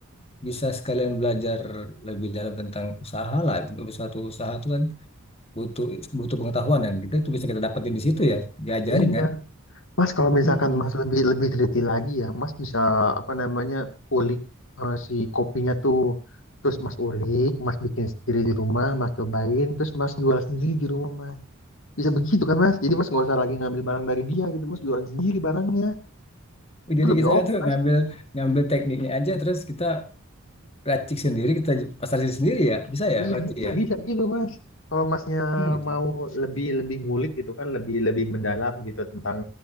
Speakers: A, on the left; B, on the left.
A: bisa sekalian belajar lebih dalam tentang usaha lah. Untuk suatu usaha itu kan butuh butuh pengetahuan dan kita itu bisa kita dapetin di situ ya, diajarin
B: Iya
A: kan.
B: mas kalau misalkan
A: Mm-mm.
B: mas lebih lebih teliti lagi ya mas bisa apa namanya ulik eh, si kopinya tuh terus mas ulik mas bikin sendiri di rumah mas cobain terus mas jual sendiri di rumah mas bisa begitu kan mas jadi mas nggak usah lagi ngambil barang dari dia gitu mas jualan sendiri barangnya itu
A: Jadi
B: lebih
A: kita
B: oke
A: tuh
B: mas
A: ngambil ngambil tekniknya aja terus kita racik sendiri, kita pasarin sendiri ya. Bisa ya
B: Iya
A: berarti
B: betul
A: ya.
B: bisa gitu mas. Kalau masnya
A: Iya cuy.
B: mau lebih lebih ngulik gitu kan lebih lebih mendalam gitu tentang